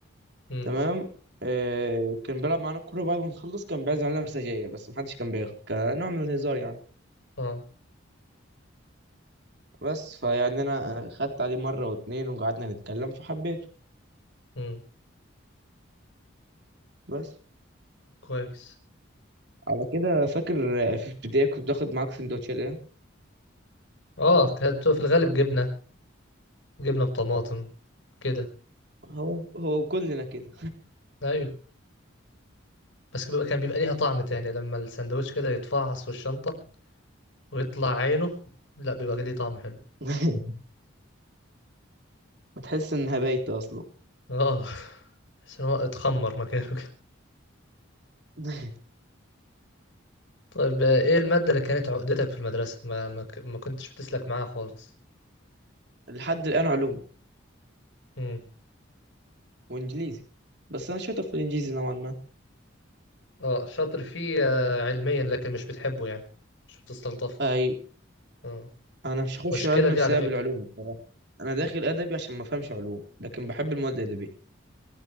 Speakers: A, on the left; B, on the right.
A: امم
B: تمام آه، كان بيلعب معانا كورة بعد ما نخلص كان بيعزم علينا مساجية بس محدش كان بياخد كنوع من الهزار يعني
A: اه
B: بس فيعني انا خدت عليه مره واتنين وقعدنا نتكلم فحبيته
A: امم
B: بس
A: كويس
B: على كده فاكر في ابتدائي كنت باخد معاك سندوتشات ايه
A: اه كانت في الغالب جبنة جبنة بطماطم كده
B: هو هو كلنا كده
A: ايوه بس بيبقى كان بيبقى ليها طعم تاني لما السندوتش كده يتفعص في الشنطة ويطلع عينه لا بيبقى ليه طعم حلو
B: <laughs> وتحس ان هبايت اصلا
A: اه <laughs> بس إن هو اتخمر مكانه
B: <laughs>
A: طيب آه، ايه المادة اللي كانت عقدتك في المدرسة ما ما, ك- ما كنتش بتسلك معاها خالص
B: لحد الان علوم
A: امم
B: وانجليزي بس انا شاطر في الانجليزي نوعا ما
A: اه شاطر فيه آه، علميا لكن مش بتحبه يعني مش بتستلطفه
B: اي
A: اه
B: انا مش هخش
A: المشكلة
B: علم
A: دي
B: بسبب
A: على فكرة
B: العلوم بصراحه انا داخل ادبي عشان ما افهمش علوم لكن بحب المواد الادبيه